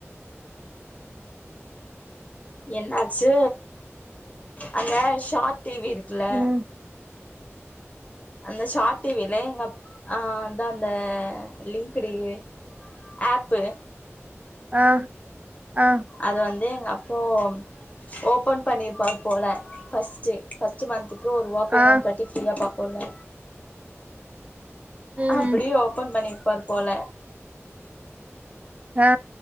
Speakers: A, on the left; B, on the right.
A: என்னாச்சு அங்க ஷார்ட் டிவி இருக்குல
B: ம்
A: அந்த ஷார்ட் டிவில எங்க அப் ஆ அதா அந்த லிங்க்டுயே அப்பு
B: ஆ ஆ
A: அது வந்து எங்க அப்போம் ஓப்பன் பண்ணியிருப்பார் போல ஃபஸ்ட்டே ஃபஸ்ட்டு மந்த்துக்கு ஒர்வா பேமெண்ட்
B: ஆ
A: கட்டி ஃப்ரீயா பாப்போல
B: ம்
A: அப்டி ஓபன் பண்ணிர் பார் போல
B: ஆ